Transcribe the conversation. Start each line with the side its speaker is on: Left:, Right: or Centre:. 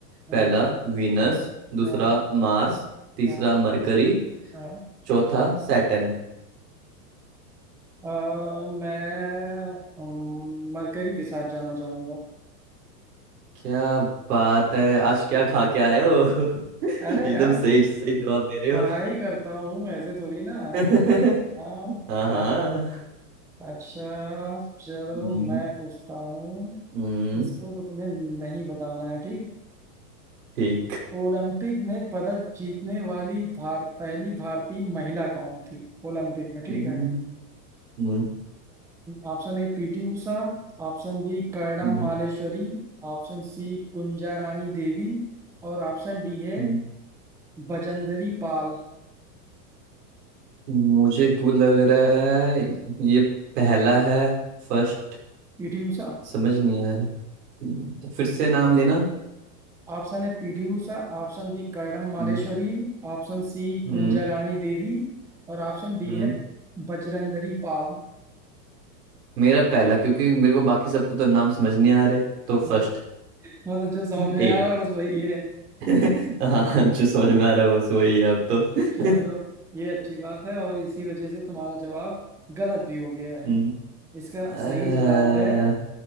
Centre: हाँ,
Right: पहला वीनस दूसरा
Centre: हाँ,
Right: मार्स तीसरा
Centre: हाँ,
Right: मरकरी
Centre: हाँ।
Right: चौथा सैटर्न
Centre: अ, मैं मरकरी के साथ जाना चाहूंगा
Right: क्या बात है आज क्या खा के आए हो <laughs>
Centre: अरे
Right: एकदम
Centre: यार
Right: सही सही जवाब दे रहे हो
Centre: पढ़ाई करता हूँ ऐसे थोड़ी ना
Right: <laughs>
Centre: हाँ
Right: हाँ
Centre: खा
Right: हाँ
Centre: अच्छा चलो
Right: हम्म,
Centre: मैं पूछता हूँ
Right: हम्म,
Centre: इसको तो तुम्हें नहीं बताना है ठीक
Right: ठीक
Centre: ओलंपिक में पदक जीतने वाली भार, पहली भारतीय महिला कौन थी ओलंपिक में ठीक
Right: हम्म,
Centre: है
Right: हम्म,
Centre: Option A PT Usha option B Karnam
Right: हम्म,
Centre: Malleswari option C Kunjarani Devi और ऑप्शन डी है
Right: हम्म,
Centre: बजंदरी पाल
Right: मुझे क्यों लग रहा है ये पहला है फर्स्ट
Centre: पीटी उषा
Right: समझ नहीं आ रहा हम्म, फिर से नाम लेना
Centre: ऑप्शन है PT Usha option B Karnam Malleswari
Right: हम्म
Centre: option C
Right: हम्म
Centre: Kunjarani Devi और ऑप्शन डी
Right: हम्म,
Centre: है बजरंदरी पाल
Right: मेरा पहला क्योंकि मेरे को बाकी सबके तो नाम समझ नहीं आ रहे तो फर्स्ट
Centre: हाँ, मतलब जो समझ में
Right: ए
Centre: आ रहा है बस वही है
Right: <laughs> हाँ जो समझ में आ रहा है बस वही है अब तो <laughs>
Centre: चलो ये अच्छी बात है और इसी वजह से तुम्हारा जवाब गलत भी हो गया है
Right: हम्म,
Centre: इसका
Right: अ,
Centre: सही जवाब है